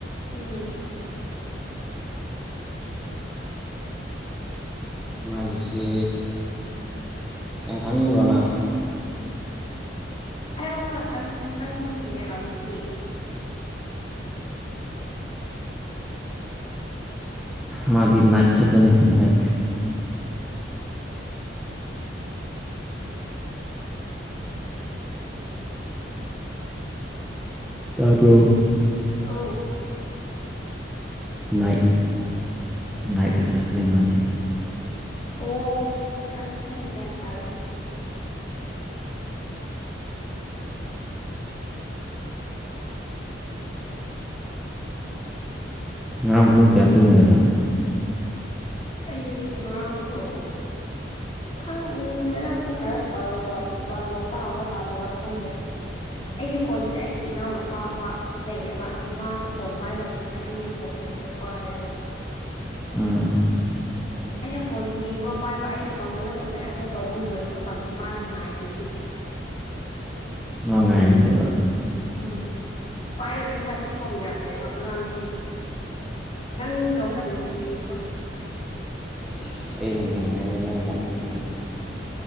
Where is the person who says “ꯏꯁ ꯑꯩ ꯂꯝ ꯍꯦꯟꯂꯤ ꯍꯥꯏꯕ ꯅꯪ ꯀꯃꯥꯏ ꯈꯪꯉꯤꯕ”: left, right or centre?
Centre